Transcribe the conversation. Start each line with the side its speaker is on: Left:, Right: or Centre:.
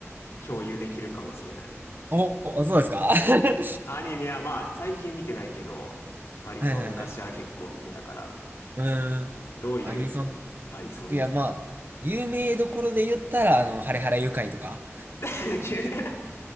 Left: 共有できるかもしれない。
Right: お、おそうですか <laughs> は
Left: アニメはまあ、最近見てないけど、割と昔は結構見てたから、
Right: いはいはい。うーん、
Left: どういう
Right: アニソン。
Left: アニソンですか
Right: いやまあ、有名どころで言ったら、あの、ハレハレ愉快とか。
Left: <laughs> 急に